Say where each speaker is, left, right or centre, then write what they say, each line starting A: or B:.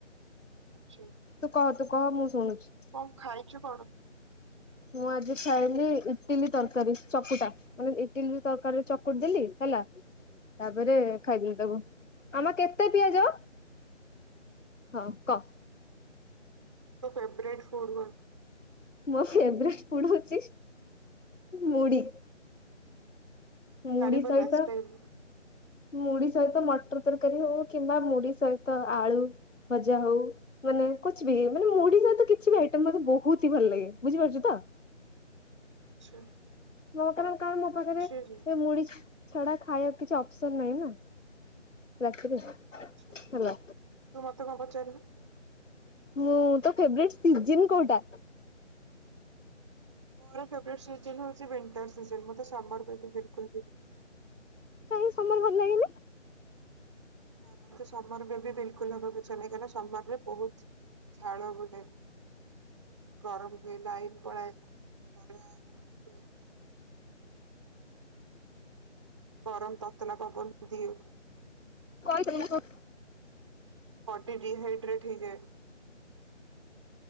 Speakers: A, on the right; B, on the left.
A: ଆଚ୍ଛା।
B: ତୁ କହ ତୁ କହ ମୁଁ ଶୁଣୁଛି।
A: କଣ ଖାଇଚୁ କଣ?
B: ମୁଁ ଆଜି ଖାଇଲି ଇଟିଲି ତରକାରି ଚକୁଟା। ମାନେ ଇଟିଲିରେ ତରକାରିରେ ଚକଟି ଦେଲି ହେଲା। ତାପରେ ଖାଇଦେଲି ତାକୁ। ମାମା କେତେ ପିଆଜ? ହଁ କହ।
A: ତୋ ଫେବ୍ରେଟ୍ ଫୁଡ କଣ?
B: ମୋ ଫେବ୍ରେଟ୍ ଫୁଡ ହୋଉଚି ମୁଡି। ମୁଢି
A: ବାରିପଦା
B: ସହିତ
A: ଷ୍ଟାଇଲ।
B: ମୁଢି ସହିତ ମଟର ତରକାରୀ ହୋଉ କିମ୍ବା ମୁଢି ସହିତ ଆଳୁ ଭଜା ହୋଉ। ମାନେ କୁଛବି ମାନେ ମୁଢି ସହିତ କିଛି ବି ଆଇଟମ୍ ମତେ ବହୁତି ହି ଭଲ ଲାଗେ। ବୁଝିପାରୁଚୁ ତ?
A: ଆଚ୍ଛା।
B: ମୋ କାରଣ କଣ ମୋ ପାଖରେ
A: ଆଚ୍ଛା ଜୀ
B: ଏ ମୁଢି ଛ ଛଡା ଖାଇବାକୁ କିଛି ଅପସନ୍ ନାହିଁ ନା ରାତିରେ।
A: ଆଚ୍ଛା ତୁ
B: ହେଲା
A: ମତେ କଣ ପଚାରୁନୁ।
B: ମୁଁ ତୋ ଫେବ୍ରେଟ୍ ସିଜିନ୍ କୋଉଟା?
A: ମୋର ଫେବ୍ରେଟ୍ ସିଜିନ୍ ହୋଉଚି ୱେଣ୍ଟର ସିଜିନ୍। ମୋତେ ସମର ବେବି ବିଲକୁଲ ବି
B: କାଇଁ ସମର୍ ଭଲ ଲାଗେନି?
A: ନା ମତେ ସମର ବେବି ବିଲକୁଲ ହବ କୁ ଇଛା ନାହିଁ। କାହିଁକି ନା ସମର ରେ ବହୁତ୍ ଝାଳ ବୁହେ। ଗରମ୍ ହୁଏ ଲାଇନ୍ ପଳାଏ ଖରା ହୁଏ ଗରମ୍ ତତଲା ପବନ ବ ଦିଏ।
B: କଲ୍ କରୁନୁ।
A: ବଡି ଡିହାଇଡ୍ରେଟ ହେଇଯାଏ।